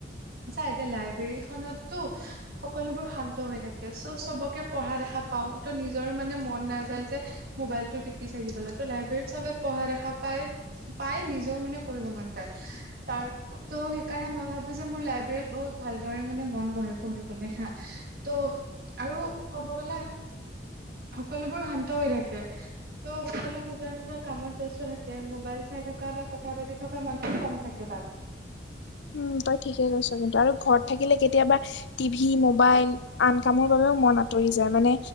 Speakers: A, on the right; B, on the left.
A: চা এতিয়া লাইব্ৰেৰী খনতটো সকলোবোৰ শান্ত হৈ থাকে, চ' চবকে পঢ়া দেখা পাওঁ। ত' নিজৰো মানে মন নাযায় যে ম'বাইলটো টিপি চাই থাকিবলৈ, ত' লাইব্ৰেৰীত চবে পঢ়া দেখা পাই, পাই নিজেও মানে পঢ়িব মন যায়, তাৰ ত' সেইকাৰণে মই ভাবো যে মোৰ লাইব্ৰৰীত বহুত ভালদৰে মানে মন বহে, পঢ়িবলৈ হা। ত' আৰু ক'ব গলে, সকলোবোৰ শান্ত হৈ থাকে। ত' সকলোৱে নিজৰ নিজৰ কামত ব্যস্ত থাকে, ম'বাইল চাই থকা বা ক কথা পাতি থকা মানুহ কম থাকে তাত।
B: উম, তই ঠিকে কৈছ কিন্তু, আৰু ঘৰত থাকিলে কেতিয়াবা টিভি ম'বাইল আন কামৰ বাবেও মন আঁতৰি যায়, মানে